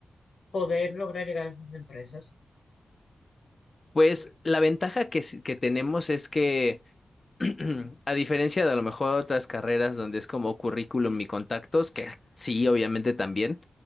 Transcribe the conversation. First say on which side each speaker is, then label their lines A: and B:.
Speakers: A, on the left (about 65°); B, on the left (about 30°).
A: poder lograr llegar a esas empresas?
B: Pues la ventaja que, s- que tenemos es que <clears throat> A diferencia de a lo mejor otras carreras donde es como currículum y contactos, que sí, obviamente también,